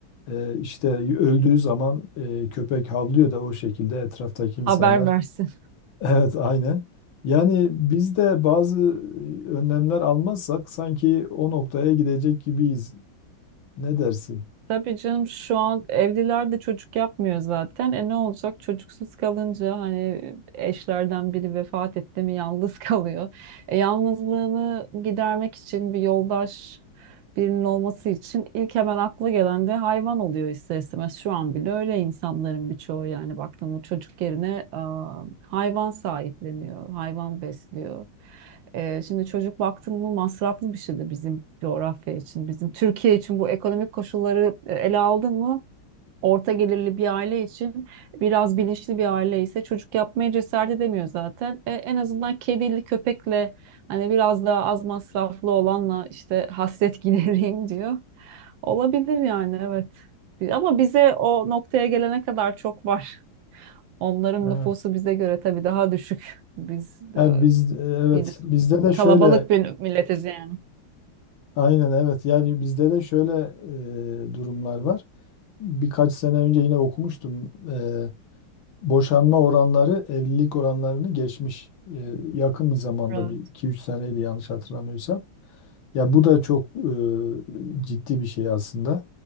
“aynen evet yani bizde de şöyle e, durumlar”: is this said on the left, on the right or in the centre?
Left